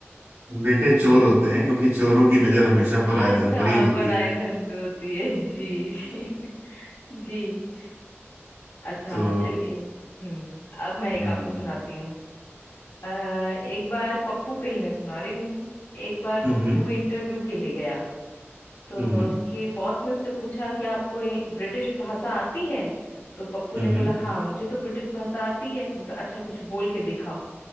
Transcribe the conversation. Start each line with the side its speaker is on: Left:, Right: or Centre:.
Right: बेटे चोर होते हैं क्योंकि चोरों की नजर हमेशा पराये
Left: अच्छा
Right: धन पर ही होती
Left: पढ़ाई
Right: है
Left: धन पे होती है जी
Right: <laughs>
Left: जी <laughs> जी अच्छा
Right: तो
Left: चलिए हम्म अब मैं एक
Right: हम्म
Left: आपको सुनाती हूँ अ, एक बार पप्पू पे ही मैं सुना रही हूँ एक बार
Right: हम्म
Left: पप्पू
Right: हम्म
Left: इंटरव्यू के लिए गया तो
Right: हम्म
Left: उसके बॉस ने उससे पूछा कि आपको ब्रिटिश भाषा आती है तो पप्पू ने
Right: हम्म
Left: बोला
Right: हम्म।
Left: हाँ मुझे तो ब्रिटिश भाषा आती है तो बोलता अच्छा कुछ बोल के दिखाओ